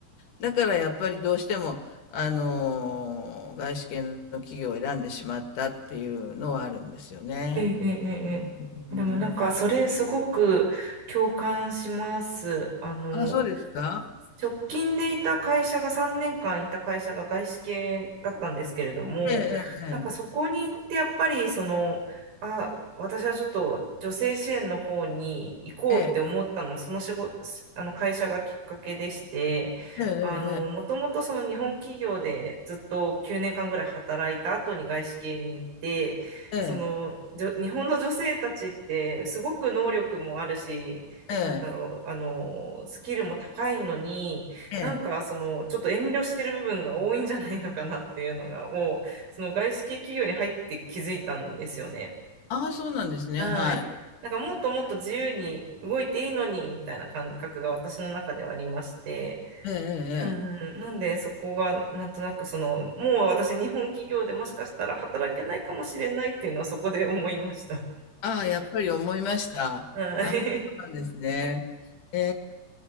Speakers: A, on the left; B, on the right.
A: だからやっぱりどうしても、あのー外資系の企業を選んでしまったっていうのはあるんですよね。
B: ええ、ええ、ええ。
A: うん、
B: でもなんか、それすごく共感します。あの、
A: あ、そうですか
B: 直近でいた会社が3年間いた会社が外資系だったんですけれども、
A: ええ、
B: なんかそこに行ってやっぱりその、あ、私はちょっと女性支援の方に行こうって思ったのもその仕事、
A: ええ、
B: あの会社がきっかけでして、
A: ええ、
B: あの、もともとその日本企業でずっと9年間ぐらい働いた後に外資系に行って、
A: ええ、
B: その、
A: ええ、
B: じょ日本の女性たちってすごく能力もあるし、
A: ええ、
B: なんだろう、
A: え
B: あの、スキルも高いのに、
A: え、ええ、
B: なんかその、ちょっと遠慮してる部分が多いんじゃないのかなっていうのが、もう、その外資系企業に入って気づいたんですよね。
A: ああ、そうなんですね。
B: はい。
A: はい。
B: なんかもっともっと自由に動いていいのに、みたいな感覚が私の中ではありまして、
A: ええ、ええ。
B: うんうん、
A: ええ
B: なんでそこがなんとなくその、もう私日本企業でもしかしたら働けないかもしれないっていうのはそこで思いました。
A: ああ、やっぱり思いました。
B: はい。
A: あ、そうなんですね。え